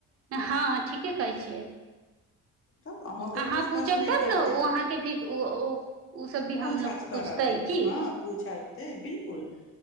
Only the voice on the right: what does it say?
हँ ठीके कहै छियै
अहाँ
पूछब
तब
ने ओ अहाँके भी ओ ओ ओ सब भी हमलोग
के पूछतै
की